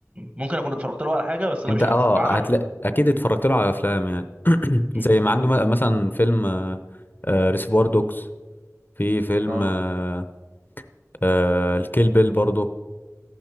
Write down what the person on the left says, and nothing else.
انت
اه
هتلاقي
اكيد اتفرجت له على افلام يعني <clears throat>
زي ما عنده م- مثلا فيلم ريسيفوار دوجز في فيلم
آه، آه، الكيل بيل برضه